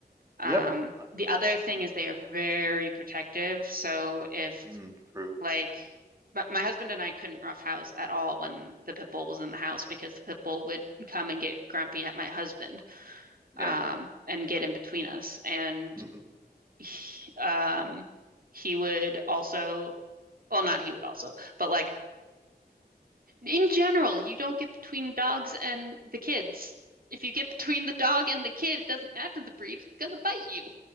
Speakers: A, on the right; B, on the right.
A: Um,
B: Yep. Uh,
A: the other thing
B: yeah.
A: is they are very protective. So if
B: Mm, true.
A: like my, my husband and I couldn't rough house at all when the pit bull was in the house because the pit bull would come and get grumpy at my husband,
B: Yeah.
A: um, and get in between us. And
B: hmm
A: he, um, he would also Well, not he would also, but like in general, you don't get between dogs and the kids. If you get between the dog and the kid, it doesn't matter the breed, it's gonna bite you.